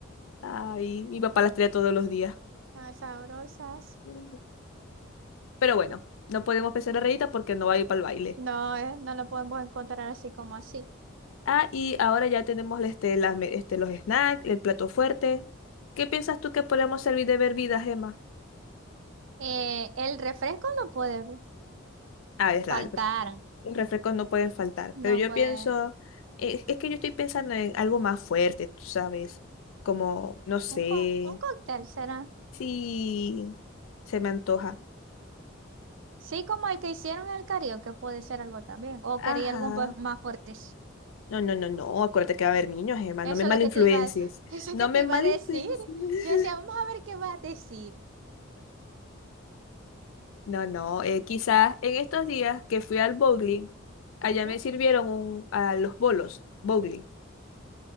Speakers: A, on the left; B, on the right.
A: Ay, mi papá las trae todos los días.
B: Ah, sabrosas.
A: Mm. Pero bueno, no podemos pensar la reinita porque no va a ir para el baile.
B: No, eh, no lo podemos encontrar así como así.
A: Ah, y ahora ya tenemos este, las me- este, los snacks, el plato fuerte. ¿Qué piensas tú que podemos servir de bebidas, Emma?
B: Eh, el refresco no puede
A: Ah, es real.
B: faltar.
A: Los refrescos no pueden faltar,
B: No,
A: pero yo
B: pues,
A: pienso, es, es que yo estoy pensando en algo más fuerte, tú sabes, como, no sé,
B: un, co- un cóctel será.
A: si se me antoja.
B: Sí, como el que hicieron en el karaoke, puede ser algo también. O quería
A: Ajá.
B: algo un po- más fuerte.
A: No, no, no, no, acuérdate que va a haber niños, Emma,
B: Eso
A: no me malinfluencies,
B: es lo que te iba a, <laughs> eso es
A: no
B: que
A: me
B: te iba
A: malinfluencies.
B: a decir.
A: <laughs>
B: Yo decía, vamos a ver qué va a decir.
A: No, no, eh, quizás en estos días que fui al bowling, allá
B: ¿A qué?
A: me sirvieron un- a los bolos, bowling,